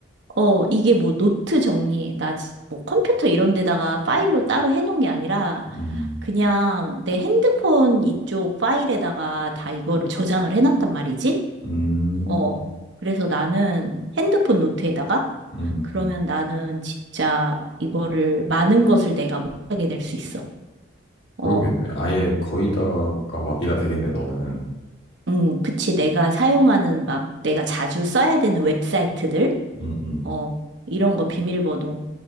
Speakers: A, on the right; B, on the left.
A: 어, 이게 뭐 노트 정리, 나 지- 뭐 컴퓨터 이런 데다가 파일로 따로 해놓은 게 아니라
B: 음,
A: 그냥 내 핸드폰 이쪽 파일에다가 다 이거를 저장을 해놨단 말이지.
B: 음,
A: 어, 그래서 나는 핸드폰 노트에다가
B: 음,
A: 그러면
B: 음.
A: 나는 진짜 이거를 많은 것을 내가 못하게 될 수 있어. 어.
B: 그러겠네. 아예 거의 다가 마비가 되겠네, 너는.
A: 음, 그치. 내가 사용하는 막 내가 자주 써야 되는 웹사이트들,
B: 음, 음,
A: 어, 이런 거 비밀번호.